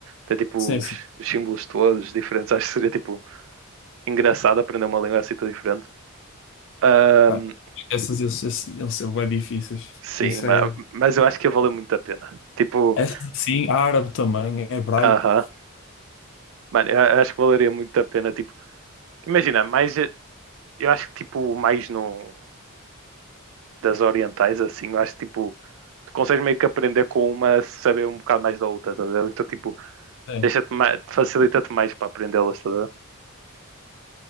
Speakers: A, on the right (about 65°); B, on the left (about 60°).
A: Tem tipo
B: Sim,
A: os,
B: sim.
A: os símbolos todos diferentes. Acho que seria tipo engraçado aprender uma língua assim tão diferente. Ahm,
B: Pá, Essas, esses, esses, eles são bem difíceis.
A: sim,
B: Que Isso
A: ma-
B: é.
A: mas eu acho que ia valer muito a pena. Tipo,
B: Essas sim árabe também, é hebraico.
A: aham. Mano, eu acho que valeria muito a pena. Tipo, imagina, mais. Eu acho que tipo mais no. das orientais, assim, eu acho que tipo, tu consegues meio que aprender com uma, saber um bocado mais da outra, tá a ver? Então, tipo,
B: Sim.
A: deixa-te mais, facilita-te mais para aprendê-las, tá a ver?